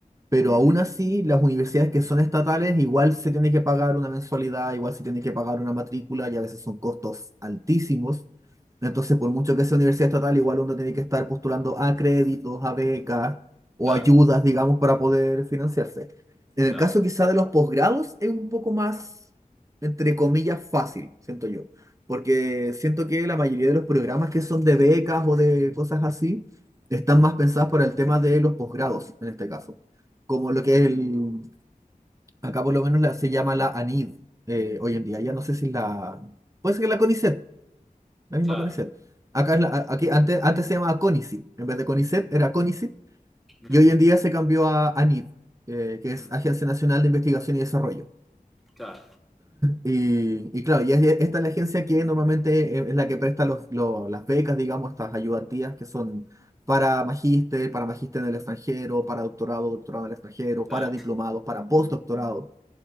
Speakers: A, on the right; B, in the centre.
A: Pero
B: Ujú,
A: aún así, las universidades que son estatales igual se tiene que pagar una mensualidad, igual se tiene que pagar una matrícula y a veces son costos altísimos. Entonces, por mucho que sea universidad estatal, igual uno tiene que estar postulando a créditos, a becas o
B: Claro,
A: ayudas, digamos, para poder financiarse. En el
B: claro,
A: caso quizá de los posgrados es un poco más, entre comillas, fácil, siento yo, porque siento que la mayoría de los programas que son de becas o de cosas así están más pensadas para el tema de los posgrados, en este caso como lo que es el, acá por lo menos la- se llama la ANID eh, hoy en día. Ya no sé si la, puede ser que la CONICET, la misma
B: claro.
A: CONICET. Acá es la- a- aquí antes, antes se llamaba CONICIT, en vez de CONICET era CONICIT
B: Mirá,
A: y hoy en día se cambió a ANID, eh, que
B: ujú,
A: es Agencia Nacional de Investigación y Desarrollo.
B: Claro,
A: Y, y claro, y es- esta es la agencia que normalmente es es la que presta los, lo- las becas, digamos, estas ayudantías que son para magíster, para magíster en el extranjero, para doctorado, doctorado en el extranjero,
B: claro,
A: para diplomados, para postdoctorado.